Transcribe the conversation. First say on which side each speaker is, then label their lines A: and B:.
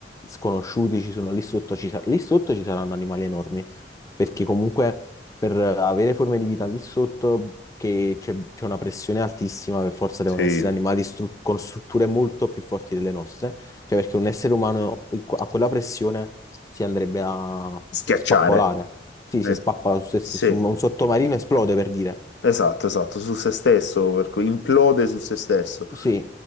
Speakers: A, on the left (about 20°); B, on the left (about 80°).
A: sconosciuti ci sono lì sotto, ci sa- lì sotto ci saranno animali enormi, perché comunque per avere forme di vita lì sotto, che c'è c'è una pressione altissima, per forza devono
B: sì,
A: essere animali stru- con strutture molto più forti delle nostre, cioè perché un essere umano in que- a quella pressione si andrebbe a
B: schiacciare.
A: spappolare. Sì,
B: Eh,
A: si spappola su se stesso,
B: Sì.
A: un un sottomarino esplode per dire.
B: Esatto, esatto, su se stesso, per cui implode su se stesso.
A: Sì.